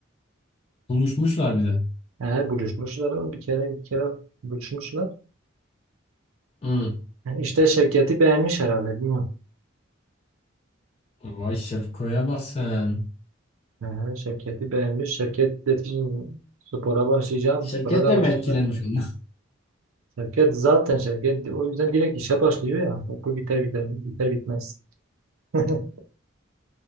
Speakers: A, on the left; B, on the right.
A: Buluşmuşlar bir de.
B: Ha buluşmuşlar oğlum. bir kere bir kere buluşmuşlar.
A: Hı.
B: Ha, İşte Şevket'i beğenmiş herhalde bilmiyorum.
A: Vay Şevko'ya bak sen.
B: Ha, Şevket'i beğenmiş. Şevket dedi spora başlayacağım.
A: Şevket
B: Spora da
A: de
B: başlayacağım.
A: mi etkilenmiş ondan?
B: Şirket zaten şirket o yüzden direkt işe başlıyor ya. Okul biter gider, biter bitmez. <laughs>